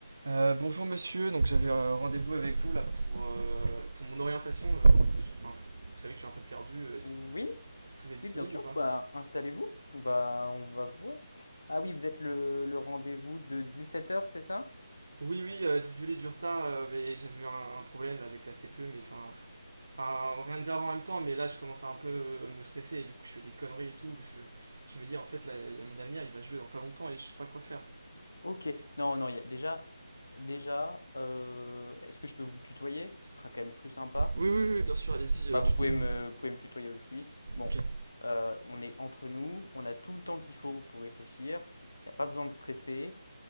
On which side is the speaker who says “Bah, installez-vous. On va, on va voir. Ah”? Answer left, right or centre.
Left